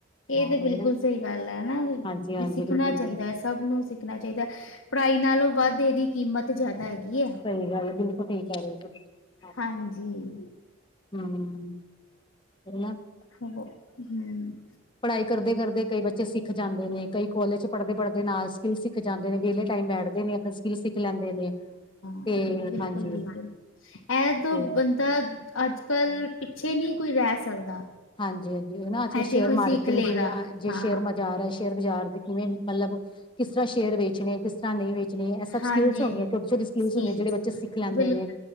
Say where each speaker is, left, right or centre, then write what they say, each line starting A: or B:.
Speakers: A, on the left; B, on the left.
A: ਹਾਂ
B: ਤੇ ਬਿਲਕੁਲ
A: ਇਹ ਨਾ।
B: ਸਹੀ ਗੱਲ ਹੈਨਾ
A: ਹਾਂਜੀ ਹਾਂਜੀ
B: ਵੀ ਸਿੱਖਣਾ
A: ਬਿਲਕੁਲ
B: ਚਾਹੀਦਾ
A: ਠੀਕ
B: ਹੈ ਸਭ ਨੂੰ ਸਿਖਣਾ ਸਿਖਣਾ ਚਾਹੀਦਾ, ਪੜ੍ਹਾਈ ਨਾਲੋਂ ਵੱਧ ਇਹਦੀ ਕੀਮਤ ਜ਼ਿਆਦਾ ਹੈ। ਹੈਗੀ
A: ਸਹੀ ਗੱਲ ਹੈ, ਬਿਲਕੁਲ ਠੀਕ ਕਹਿ ਰਹੇ ਹੋ ਤੁਸੀਂ
B: ਹਾਂਜੀ
A: ਹੂੰ। ਹੈਨਾ।
B: ਉਹੋ ਹੂੰ।
A: ਪੜ੍ਹਾਈ ਕਰਦੇ-ਕਰਦੇ ਕਈ ਬੱਚੇ ਸਿੱਖ ਜਾਂਦੇ ਨੇ ਕਈ ਕੋਲਜ ਪੜ੍ਹਦੇ-ਪੜ੍ਹਦੇ ਨਾਲ ਸਕਿੱਲ ਸਿੱਖ ਜਾਂਦੇ ਨੇ ਵੇਹਲੇ ਟਾਈਮ ਬੈਠਦੇ ਨੇ ਆਪਣੇ ਸਕਿੱਲ ਸਿੱਖ ਲੈਂਦੇ ਨੇ।
B: ਹੂੰ,
A: ਤੇ
B: ਬਿਲਕੁਲ-
A: ਹਾਂਜੀ
B: ਬਿਲਕੁਲ ਇਹ ਤੋਂ
A: ਤੇ
B: ਬੰਦੇ ਤਾਂ ਅੱਜ-ਕੱਲ ਪਿੱਛੇ ਨਹੀਂ ਕੋਈ ਰਹਿ ਸਕਦਾ।
A: ਹਾਂਜੀ-ਹਾਂਜੀ, ਨਾ ਅੱਜ-ਕਲ
B: ਹਜੇ
A: ਸ਼ੇਅਰ
B: ਕੋਈ
A: ਮਾਰਕੀਟਿੰਗ
B: ਸਿੱਖ ਲਏਗਾ
A: ਜਿਵੇਂ ਜੇ
B: ਹਾਂ
A: ਸ਼ੇਅਰ ਬਾਜ਼ਾਰ ਹੈ ਸ਼ੇਅਰ ਬਾਜ਼ਾਰ ਦੇ ਕਿਵੇਂ ਵੀ ਮਤਲਬ ਕਿਸ ਤਰ੍ਹਾਂ ਸ਼ੇਅਰ ਵੇਚਣੇ, ਕਿਸ ਤਰ੍ਹਾਂ ਨਹੀਂ ਵੇਚਣੇ ਇਹ ਸਭ
B: ਹਾਂਜੀ
A: ਸਕਿਲਸ ਹੁੰਦੀ ਛੋਟੀ-ਛੋਟੀ ਸਕਿਲਸ
B: ਸਕਿੱਲ
A: ਹੁੰਦੀਆਂ ਜਿਹੜੇ ਬੱਚੇ ਸਿੱਖ ਲੈਂਦੇ
B: ਬਿਲ
A: ਨੇ।